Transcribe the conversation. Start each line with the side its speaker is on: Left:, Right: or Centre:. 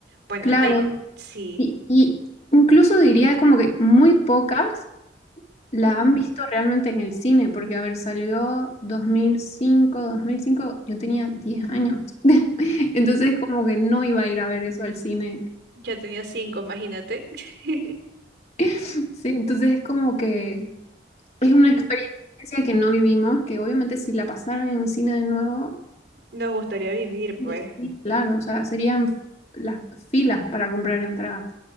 Right: Bueno,
Left: Claro.
Right: ay, sí.
Left: Y, y incluso diría como que muy pocas. La
Right: Ujú.
Left: han visto realmente en el cine, porque, a ver, salió 2005, 2005, yo tenía 10 años. <laughs> Entonces, como que no iba a ir a ver eso al cine.
Right: Yo tenía cinco, imagínate. <laughs>
Left: <laughs> Sí, entonces es como que
Right: Sí.
Left: es una experiencia que no vivimos, que obviamente si la pasaran en el cine de nuevo,
Right: Nos gustaría vivir,
Left: y-
Right: pues.
Left: y claro, o sea, serían las filas para comprar entradas.